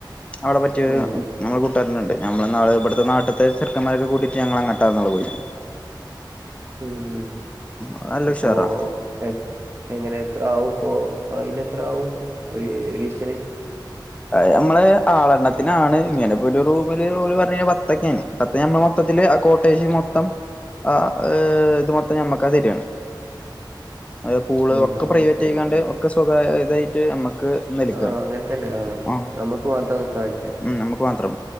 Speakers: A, on the left (about 15°); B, on the right (about 30°).
A: അവടെ പറ്റിയ
B: ആഹ്
A: ഉം നമ്മളെ കൂട്ടാരന്ണ്ട്. ഞമ്മള് ന്നാള് ബട്ത്തെ നാട്ട്ത്തെ ചെർക്കമ്മാരൊക്ക കൂട്ടിട്ട് ഞങ്ങളങ്ങട്ടാന്നാള് പോയിനെ.
B: ഉം, ഉം, ഉം.
A: അത് നല്ല
B: അപ്പോ
A: ഉഷാറാ
B: എ എങ്ങനെ എത്രാവും പോ അയിനെത്രാവും ഒരീ ഒരീസ്തിന്.
A: അഅ് അമ്മളെ ആളെണ്ണത്തിനാണ്, ഇങ്ങനെപ്പൊര് റൂമില് ഓര്പറഞ്ഞീനെ പത്തൊക്കെനി. അപ്പ ഞമ്മളെ മൊത്തത്തില് ആ കോട്ടേജ് മൊ ത്തം ആ ഏ ത് മൊത്തം ഞമ്മക്കാതെരാണ്. അതെ, പൂള്
B: ആഹ്
A: ഒക്കെ
B: ആഹ്
A: പ്രൈവറ്റെയ്കാണ്ട്
B: ആഹ് ആഹ്
A: ഒക്കെ സ്വകാര് തായിട്ട് അമ്മക്ക് നല്കാണ്.
B: ആഹ് അങ്ങനെ തന്നെ ആഹ്
A: ആഉം
B: നമുക്ക് മാത്രം നിക്കാൻ പറ്റിയ
A: ഉം നമ്മക്ക് മാത്രം.